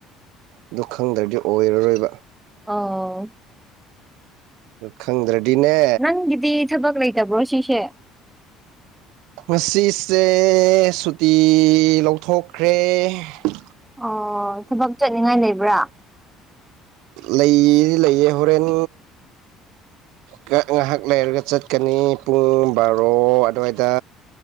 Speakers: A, on the right; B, in the centre.
A: ꯑꯗꯨ ꯈꯪꯗ꯭ꯔꯗꯤ ꯑꯣꯏꯔꯔꯣꯏꯕ
B: ꯑꫭ
A: ꯗꯨ ꯈꯪꯗ꯭ꯔꯗꯤꯅꯦ꯫
B: ꯅꯪꯒꯤꯗꯤ ꯊꯕꯛ ꯂꯩꯇꯕ꯭ꯔꯣ ꯉꯁꯤꯁꯦ
A: ꯉꯁꯤꯁꯦ ꯁꯨꯇꯤ ꯂꯧꯊꯣꯛꯈ꯭ꯔꯦ ꯑꯩꯅꯥ꯫
B: ꯑꯣ ꯊꯕꯛ ꯆꯠꯅꯤꯡꯉꯥꯏ ꯂꯩꯕ꯭ꯔꯥ
A: ꯂꯩꯗꯤ ꯂꯩꯌꯦ ꯍꯣꯔꯦꯟ ꯀ ꯉꯥꯏꯍꯥꯛ ꯂꯩꯔꯒ ꯆꯠꯀꯅꯤ ꯄꯨꯡ ꯕꯥꯔꯣ ꯑꯗꯨꯋꯥꯏꯗ